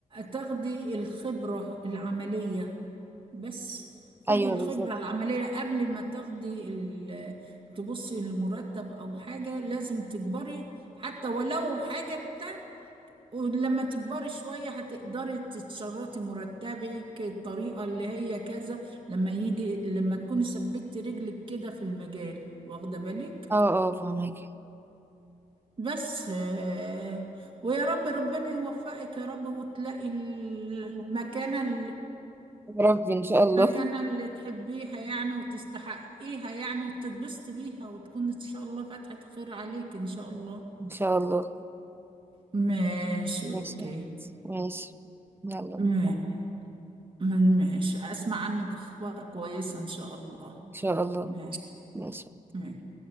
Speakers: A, on the right; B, on the right.
A: تاخدي الخبرة العملية بس خدي
B: ايوه
A: الخبرة
B: بالظبط
A: اه العملية قبل ما تاخدي ال- تبصي لمرتب او حاجة لازم تكبري حتى ولو حاجة ولما تكبري شوية هتقدري تتشرطي مرتبك الطريقة اللي هي كذا لما يجي لما تكوني ثبتي رجلك كده في المجال واخدة بالك
B: اه اه فاهمك
A: بس آه، ويا رب ربنا يوفقك يا رب وتلاقي المكانة ال-
B: يا ربي ان شاء
A: المكانة
B: الله <laughs>
A: اللي تحبيها يعني وتستحقيها يعني وتتبسطي بيها وتكون إن شاء الله فتحة خير عليك إن شاء الله
B: ان شاء الله
A: ماشي
B: ماشي
A: أوكي
B: ماشي يلا
A: ماشي من- ماشي أسمع عنك أخبار كويسة إن شاء الله
B: ان شاء الله
A: ماشي
B: ماشي
A: ماشي